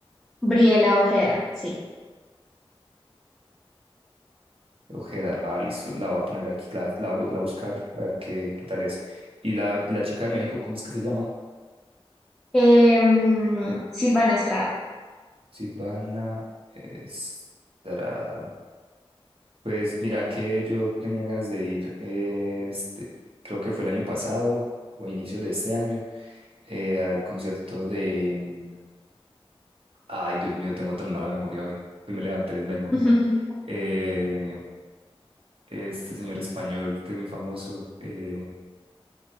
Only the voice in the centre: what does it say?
Briela Ojeda, sí.
Em, Silvana Estrada.
<laughs>